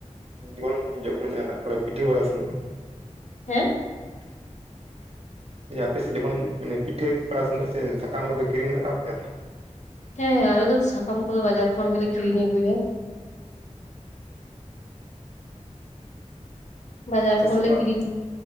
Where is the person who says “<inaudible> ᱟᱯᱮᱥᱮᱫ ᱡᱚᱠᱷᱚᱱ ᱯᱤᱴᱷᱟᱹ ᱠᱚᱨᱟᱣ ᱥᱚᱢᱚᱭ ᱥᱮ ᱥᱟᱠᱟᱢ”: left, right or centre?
Right